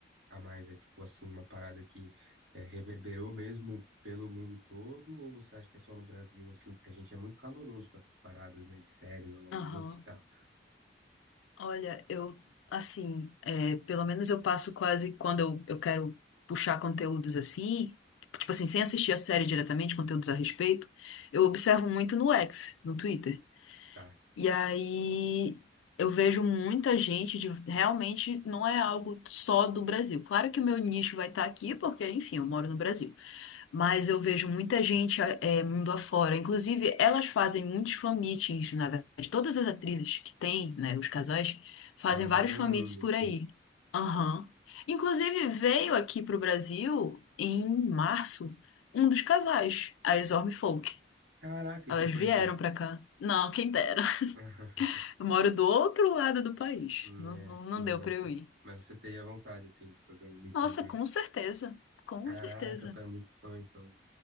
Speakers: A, on the right; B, on the left.
A: a mais é tipo assim uma parada que é, reverberou mesmo pelo mundo todo ou você acha que é só no Brasil assim, porque a gente é muito caloroso com essas paradas, né, de série normalmente,
B: Aham.
A: e tal.
B: Olha, eu, assim, é, pelo menos eu passo quase quando eu, eu quero puxar conteúdos assim, tipo assim, sem assistir a série diretamente, conteúdos a respeito, eu observo muito no X, no Twitter.
A: Tá.
B: E aí eu vejo muita gente de, realmente não é algo só do Brasil. Claro que o meu nicho vai estar aqui, porque, enfim, eu moro no Brasil. Mas eu vejo muita gente é, mundo afora. Inclusive, elas fazem muitos fan-meetings, na verdade. Todas as atrizes que têm, né, os casais, fazem
A: Elas
B: vários
A: rodam
B: fan-meets
A: o mundo
B: por
A: assim.
B: aí. Aham. Inclusive, veio aqui pro Brasil, em março, um dos casais, a as Folk.
A: Caraca,
B: Elas
A: e tu foi
B: vieram
A: ver?
B: pra cá. Não, quem dera. <laughs>
A: <laughs>
B: Eu moro do outro lado do país.
A: Hum,
B: Não,
A: É,
B: não,
A: sim,
B: não deu
A: mas
B: pra
A: você,
B: eu ir.
A: mas você teria vontade, assim, de fazer um meet
B: Nossa,
A: and greet.
B: com certeza. Com
A: Caraca,
B: certeza.
A: tu é muito fã, então.